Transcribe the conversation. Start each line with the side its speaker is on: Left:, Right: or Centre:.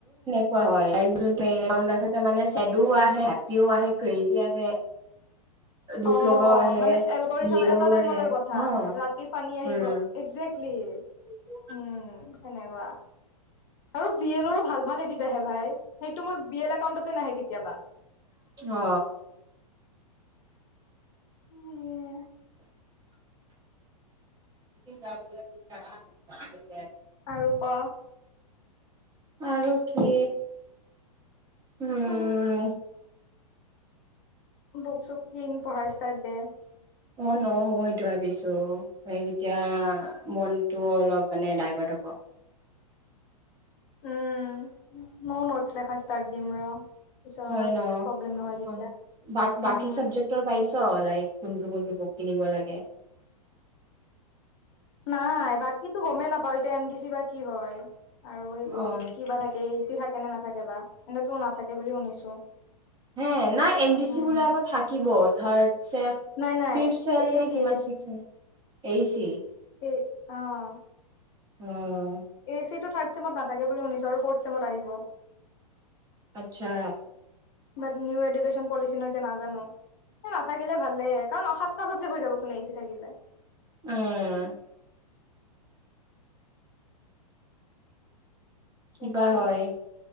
Right: হয়, হয়। লাইফ ৰিয়েলটো <inaudible> এনেকোৱা হ'য়। মানে ছেডো আহে, হেপ্পিও আহে, ক্ৰেইজি আহে দুখ
Left: অঁ,
Right: লগাও আহে
Left: মানে এলগৰি
Right: ৰিয়েলৰো
Left: থাম এটা টাইমলৈ
Right: আহে
Left: কথা,
Right: অ
Left: ৰাতি পানী আহিব।
Right: উম।
Left: একজেক প্লিছ,
Right: অ'।
Left: উম, সেনেকুৱা। আৰু বি এলৰো ভাল ভাল এডিট আহে ভাই। সেইটো মোৰ বি এল একাউণ্টতে নাহে কেতিয়াবা।
Right: অ।
Left: সেয়ে।
Right: ক <inaudible>
Left: আৰু ক'?
Right: আৰু কি? উম,
Left: অঁ-হঁ বুক-চুক কিন্‌ পঢ়াৰ ষ্টাৰ্ট দে।
Right: অ ন' মই এইটো ভাৱিছো। সেই এতিয়া মনটো অলপ মানে ডাই হ'য়টোক'।
Left: উম, মইও নটছ লেখা ষ্টাৰ্ট দিম ৰ'। পিছত
Right: হ'য়
Left: অলপ
Right: ন'?
Left: প্ৰব্লেম নহয় তেতিয়া।
Right: হ'য়, বাক বাকি
Left: উম,
Right: চাবজেক্টৰ পাইছ, লাইক কোনটো কোনটো বুক কিনিব লাগে?
Left: নাই, বাকিটো গমেই নাপাওঁ, এতিয়া এম ডি চি বা কি হ'য়? আৰু সেইবোৰ,
Right: অ',
Left: কিবা থাকে? এ চি থাকে নে নাথাকে বা? এনেইটো নাথাকে বুলি শুনিছো।
Right: হেঁ, নাই। এম ডি
Left: উম,
Right: চি বোলে আকৌ থাকিব। থাৰ্ড ছেম
Left: নাই নাই
Right: ফিফ্ট ছেম
Left: এ
Right: নে
Left: চি
Right: কিমান
Left: এ
Right: চিক্সছ ছেম, এ ই চি
Left: এইত, অঁ
Right: অঁ।
Left: এ ই চিটো থাৰ্ড ছেমত নাথাকে বুলি শুনিছোঁ আৰু ফৰ্থ ছেমত আহিব।
Right: আচ্ছা।
Left: বাট নিউ এডুকেশ্যন পলিচি ন', এতিয়া নাজানো। অ নাথাকিলে ভালেই, কাৰণ অ সাতটা চাবজেক্ট হৈ যাবচোন এ ই চি থাকিলে।
Right: উম। কিবা
Left: তাকে
Right: হ'য়?